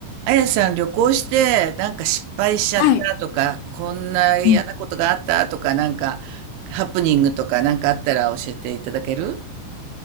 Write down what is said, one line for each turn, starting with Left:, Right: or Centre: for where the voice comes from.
Right: あやさん旅行してなんか失敗しちゃったとか、
Left: はい。
Right: こんな嫌なことがあったとか、
Left: うん
Right: なんかハプニングとかなんかあったら教えていただける